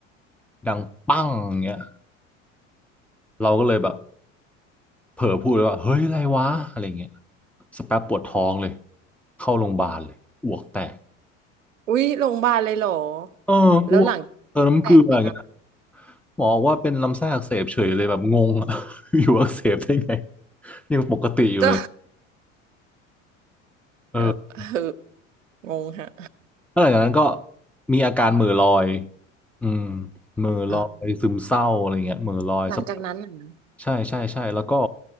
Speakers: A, in the centre; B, on the right.
A: ดังปั้งอย่างเงี้ยเราก็เลยแบบเผลอพูดเลยว่าเฮ้ยอะไรวะอะไรเงี้ยสกแป๊บปวดท้องเลยเข้าโรงพยาบาลเลยอ้วกแตก
B: อุ๊ยโรงพยาบาลเลยเหรอ
A: เอออ้วกเติมน้ำเกลืออย่างเงี้ย
B: แล้วหลังจากแตกเป็นอะไร
A: หมอบอกว่าเป็นลำไส้อักเสบเฉยเลยแบบงงอะ <laughs> อยู่อักเสบได้ไงยังปกติอยู่เลย
B: ก็
A: เออ
B: แบบเอองงฮะ
A: แล้วหลังจากนั้นก็มีอาการเหม่อลอยอืมเหม่อลอยซึมเศร้าอะไรเงี้ยเหม่อลอยสัก
B: อ่ะหลังจากนั้นน่ะนะ
A: ใช่ใช่ใช่แล้วก็